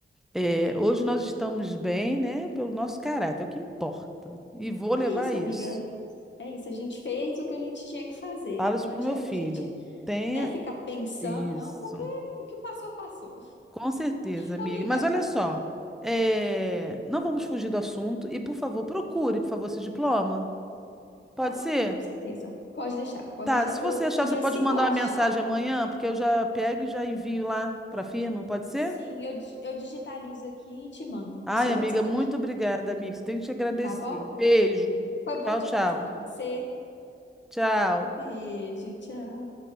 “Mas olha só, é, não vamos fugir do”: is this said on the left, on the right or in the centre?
Centre